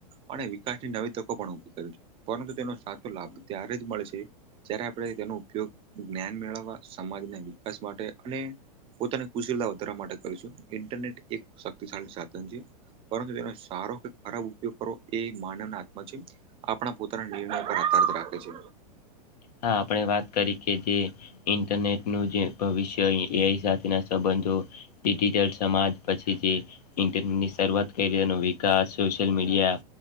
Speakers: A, on the right (about 25°); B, on the left (about 70°).
A: અને વિકાસની નવી તકો પણ ઉભી કરી છે. પરંતુ તેનો સાચો લાભ ત્યારે જ મળે છે જ્યારે આપણે તેનો ઉપયોગ જ્ઞાન મેળવવા સમાજના વિકાસ માટે અને પોતાની કુશીળતા વધારવા માટે કરીશું. ઇન્ટરનેટ એક શક્તિશાળી સાધન છે. પરંતુ તેનો સારો કે ખરાબ ઉપયોગ કરવો એ માનવ ના હાથમાં છે. આપણા પોતાના નિર્ણય પર આધાર રાખે છે.
B: હા આપણે વાત કરી કે જે ઇન્ટરનેટનું જે ભવિષ્ય એ એઆઇ સાથેના સંબંધો ડિજિટલ સમાજ પછી જે ઇન્ટરનેટની શરૂઆત કરીએનો વિકાસ સોશિયલ મીડિયા